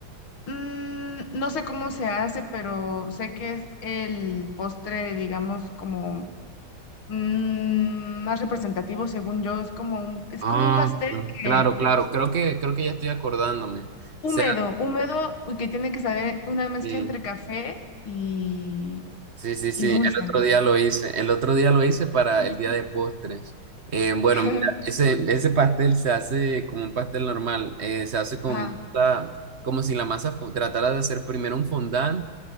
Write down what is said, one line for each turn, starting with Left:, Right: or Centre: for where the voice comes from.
Left: Mm, no sé cómo se hace, pero sé que es el postre, digamos, como mm, más representativo, según yo. Es como un, es
Right: Ah,
Left: como un pastel
Right: claro,
Left: que,
Right: claro. Creo que, creo que ya estoy acordándome.
Left: húmedo,
Right: O sea,
Left: húmedo, y que tiene que saber una mezcla
Right: eh,
Left: entre café y,
Right: Sí, sí, sí,
Left: y dulce,
Right: el otro
Left: ¿no?
Right: día lo hice, el otro día lo hice para el día de postres. Eh, bueno,
Left: <laughs>
Right: mira, ese, ese pastel se hace como un pastel normal, eh, se hace con
Left: Ajá.
Right: masa, como si la masa fu- tratara de hacer primero un fondant